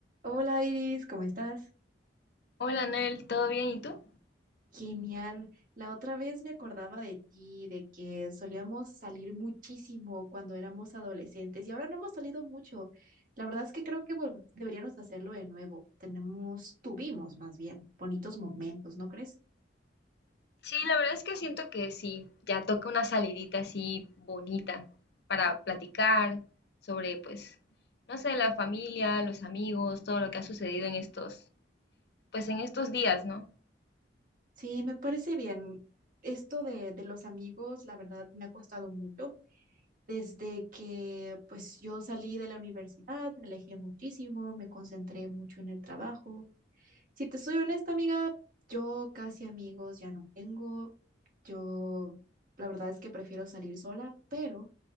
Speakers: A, on the right; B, on the left.
A: Hola Iris, ¿cómo estás?
B: Hola Noel, ¿todo bien? ¿Y tú?
A: Genial. La otra vez me acordaba de ti, de que solíamos salir muchísimo cuando éramos adolescentes y ahora no hemos salido mucho. La verdad es que creo que vol- deberíamos de hacerlo de nuevo. Tenemos, tuvimos más bien, bonitos momentos, ¿no crees?
B: Sí, la verdad es que siento que sí, ya toca una salidita así bonita para platicar sobre, pues, no sé, la familia, los amigos, todo lo que ha sucedido en estos, pues en estos días, ¿no?
A: Sí, me parece bien. Esto de, de los amigos, la verdad, me ha costado mucho. Desde que pues yo salí de la universidad, me alejé muchísimo, me concentré mucho en el trabajo. Si te soy honesta, amiga, yo casi amigos ya no tengo. Yo, la verdad es que prefiero salir sola, pero